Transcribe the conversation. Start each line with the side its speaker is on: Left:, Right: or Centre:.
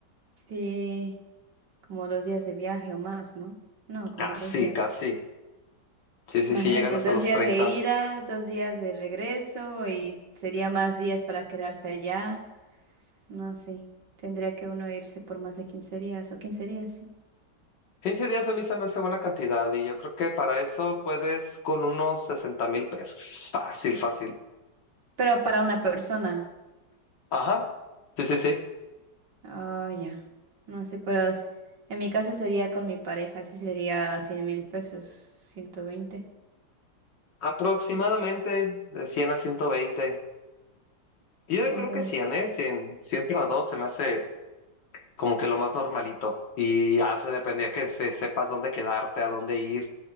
Right: Sí, como dos días de viaje o más, ¿no? No, como
Left: Casi,
Right: dos días.
Left: casi. Sí, sí,
Right: Imagínate,
Left: sí, llegan hasta
Right: dos
Left: los
Right: días
Left: treinta
Right: de ida, dos días de regreso y sería más días para quedarse allá. No, sí. Tendría que uno irse por más de 15 días o 15 días, sí.
Left: quince días a mí se me hace buena cantidad y yo creo que para eso puedes con unos sesenta mil pesos. Fácil, fácil.
Right: Pero para una persona.
Left: Ajá. Sí, sí, sí.
Right: Oh, ya. No sé, pero s- en mi caso sería con mi pareja, sí sería cien mil pesos, 120.
Left: Aproximadamente
Right: Ujú.
Left: de cien a ciento veinte Yo
Right: Hoy,
Left: creo que cien ¿eh? cien 100 para 2 se me hace como que lo más normalito. Y ya se dependía que se, sepas dónde quedarte, a dónde ir.